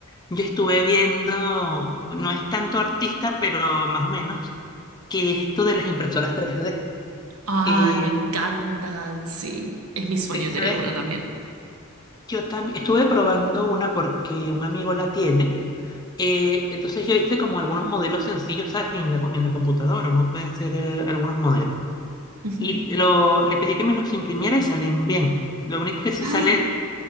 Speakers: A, on the left; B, on the right.
A: yo estuve viendo, no es tanto artista, pero más o menos, que esto de las impresoras 3D.
B: Ay,
A: Eh,
B: me encantan, sí. Es mi sueño
A: ¿sabes?
B: tener una también.
A: Yo también estuve probando una porque un amigo la tiene Eh, entonces yo hice como algunos modelos sencillos, ¿sabes? En la, co- en la computadora, uno puede hacer eh, algunos modelos.
B: Ujú.
A: Y lo, le pedí que me los imprimiera y salen bien. Lo único que sí
B: Ah.
A: sale,